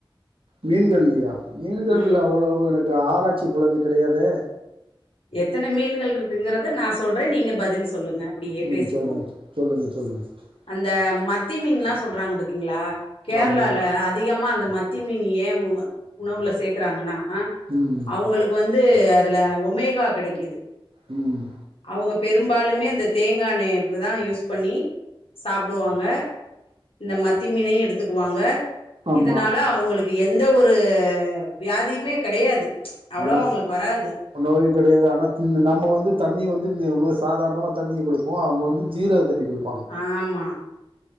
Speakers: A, on the right (about 75°); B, on the left (about 85°).
A: மீன்கள்லியா மீன்கள்
B: ம்
A: அவ்ளோவு எனக்கு ஆராய்ச்சி புழமை கெடையாதே
B: எத்தன மீன்கள் ருக்குங்குறத நா சொல்றே நீங்க பதில் சொல்லுங்க அப்டியே
A: ம்
B: பேசிக்குவோ
A: சொல்லுங்க சொல்லுங்க சொல்லுங்க தோழி
B: அந்த மத்தி மீன்ல்லாம் சொல்றாங்க பாத்தீங்களா கேரளால
A: ஆமாம்
B: அது அதிகமா அந்த மத்தி மீன் ஏன் உண் உணவுல சேக்கிறாங்கன்னா
A: ம்
B: உங்களுக்கு வந்து அதுல ஒமேகா கெடைக்குது
A: ம்
B: அவங்க பெரும்பாலும் அந்த தேங்காயெண்ணய தான் யூஸ் பண்ணி சாப்டுவாங்க இந்த மத்தி மீனையும் எடுத்துக்குவாங்க
A: ஆமாம்
B: இதனால அவங்களுக்கு எந்த ஒரு வியாதியுமே கெடையாது
A: <unintelligible>
B: அவ்ளோ அவங்களுக்கு வராது
A: நோய் கெடையாது ஆனால் நம்ம வந்து தண்ணிய வந்து சாதாரணமா தண்ணிய குடிப்போம் அவங்க வந்து ஜீரக தண்ணி குடிப்
B: ஆமா